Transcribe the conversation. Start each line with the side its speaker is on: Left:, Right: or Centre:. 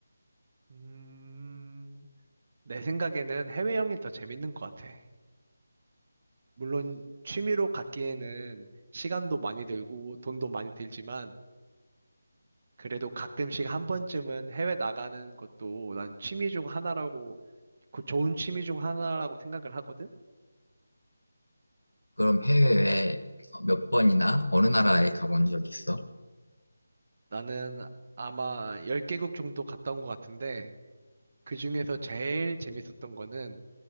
Right: 음, 내 생각에는 해외여행이 더 재밌는 것 같아. 물론 취미로 갖기에는 시간도 많이 들고 돈도 많이 들지만 그래도 가끔씩 한 번쯤은 해외 나가는 것도 난 취미 중 하나라고, 그 좋은 취미 중 하나라고 생각을 하거든?
Left: 그럼 해외에 어, 몇 번이나 어느 나라에 가본 적 있어?
Right: 나는 아마 10개국 정도 갔다 온 것 같은데 그 중에서 제일 재밌었던 거는